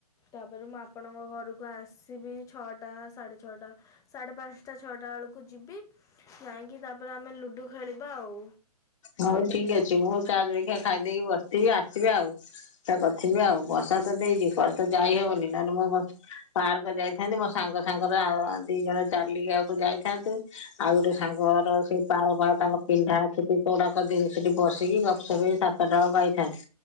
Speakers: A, on the left (about 15°); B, on the left (about 50°).
A: ତାପରେ ମୁଁ ଆପଣଙ୍କ ଘରକୁ ଆସିବି ଛଅଟା ସାଢ଼େ ଛଅଟା ସାଢ଼େ ପାଞ୍ଚଟା ଛଅଟା ବେଳକୁ ଯିବି ଯାଇକି ତାପରେ ଆମେ ଲୁଡୁ ଖେଳିବା ଆଉ।
B: ହଉ ଠିକ ଅଛି ମୁଁ ତା ଜଳଖିଆ ଖାଇଦେଇକି ବସିଥିବି ଆସିବେ ଆଉ। କରିଥିବି ଆଉ ବସା ତ ଦେଇଛି କୁଆଡ଼େ ଯାଇହବନି ନହେଲେ ମୋ ପାର୍କ ଯାଇଥାନ୍ତି ମୋ ସାଙ୍ଗ ସାଙ୍ଗରେ ଆଉ ଦି ଜଣ ଚାଲିକି ଆକୁ ଯାଇଥାନ୍ତୁ। ଆଉ ଗୋଟେ ସାଙ୍ଗଘର ସେଇ ପାଳ ପାଖରେ ତାଙ୍କ ପିଣ୍ଢା ଅଛି। କୋଉଡାକ ସେଠି ବସିକି ଗପ ସପ ହେଉକି ସାତଟାଳକୁ ଆଇଥାନ୍ତି।